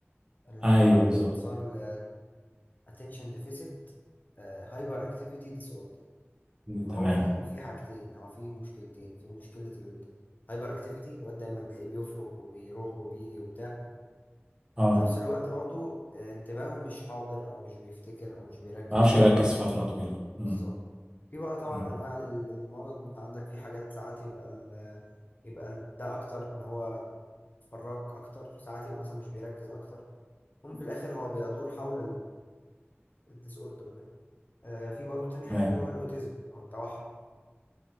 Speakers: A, on the left; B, on the right.
A: اللي
B: ايوه
A: هو
B: بالظبط
A: اختصار ل attention deficit هايبر اكتيفيتي ديس اوردر
B: م-
A: فهو
B: تمام
A: في في حاجتين هو في مشكلتين في مشكله الهايبر اكتيفيتي الواد دايما تلاقيه بيفرك وبيروح وبيجي وبتاع
B: اه
A: في نفس الوقت برضو آه، انتباهه مش حاضر او مش بيفتكر او مش بيركز
B: ما اعرفش
A: وهكذا
B: يركز فتره طويله م-
A: بالظبط في بقى طبعا
B: م-
A: انواع لل- للمرض انت عندك في حاجات ساعات يبقى ال يبقى ال ده اكتر ان هو فراك اكتر ساعات يبقى مثلا مش بيركز اكتر هم في الاخر هو بيدور حول الديس اوردر ده آه، في برضو تاني حاجة
B: تمام
A: اللي هو الاوتيزم او التوحد